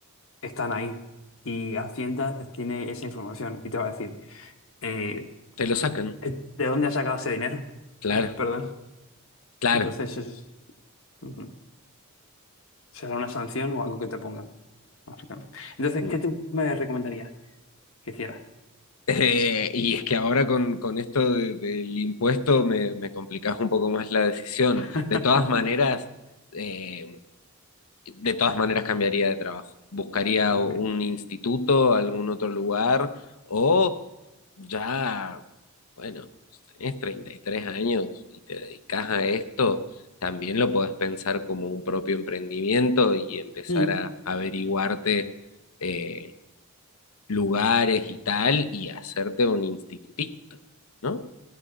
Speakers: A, on the left; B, on the left.
A: están ahí y Hacienda tiene esa información y te va a decir, eh,
B: te lo sacan,
A: ¿de dónde ha sacado ese dinero? <laughs>
B: claro,
A: Eh, Perdón.
B: claro.
A: Entonces, es- ujú. será una sanción o algo que te pongan. básicamente. Entonces,
B: Mm.
A: ¿qué tú me recomendarías que hiciera?
B: Eh, y es que ahora con, con esto de- del impuesto me, me complicás un poco más la decisión.
A: <laughs>
B: De todas maneras, eh, De todas maneras cambiaría de trabajo. Buscaría
A: Muy
B: un
A: bien.
B: instituto, algún otro lugar, o ya, bueno, tenés 33 años y te dedicas a esto, también lo podés pensar como un propio emprendimiento y empezar
A: Mm.
B: a averiguarte eh, lugares y tal y hacerte un institutito, ¿no?